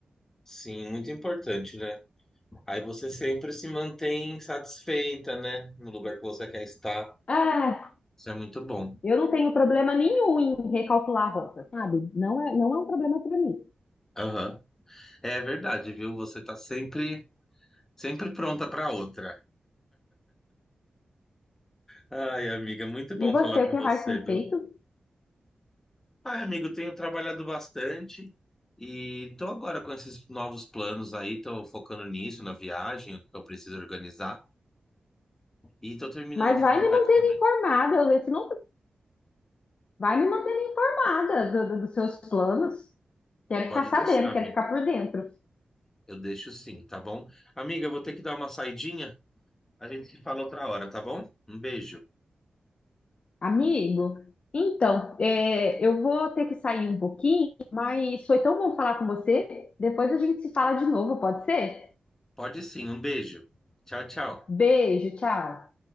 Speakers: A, on the left (about 15°); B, on the left (about 50°).
A: Sim, muito importante, né? Aí você sempre se mantém satisfeita, né? No lugar que você quer estar.
B: Ah,
A: Isso é muito bom.
B: eu não tenho problema nenhum em recalcular a rota, sabe? Não é, não é um problema para mim.
A: Aham. É verdade, viu? Você tá sempre, sempre pronta para outra. Ai, amiga, muito bom
B: E você,
A: falar com
B: o que
A: você,
B: mais tem
A: viu?
B: feito?
A: Ai, amigo, tenho trabalhado bastante e tô agora com esses novos planos aí, tô focando nisso, na viagem, o que eu preciso organizar e tô terminando
B: Mas
A: a faculdade
B: vai me mantendo
A: também.
B: informada, eu- se não, vai me mantendo informada do- do- dos seus planos. Quero
A: Pode
B: ficar sabendo,
A: deixar, amiga.
B: quero ficar por dentro.
A: Eu deixo sim, tá bom? Amiga, eu vou ter que dar uma saidinha. A gente se fala outra hora, tá bom? Um beijo.
B: Amigo, então, é, eu vou ter que sair um pouquinho, mas foi tão bom falar com você. Depois a gente se fala de novo, pode ser?
A: Pode sim, um beijo. Tchau, tchau.
B: Beijo, tchau.